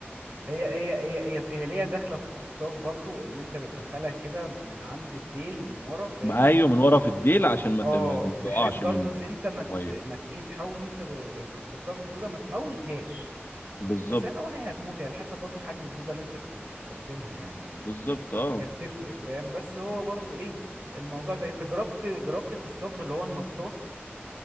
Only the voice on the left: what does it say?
ايوه من ورا في الديل عشان ما
ت- ما ت- ما
تقعش
منك
في الميه
بالظبط
بالظبط اه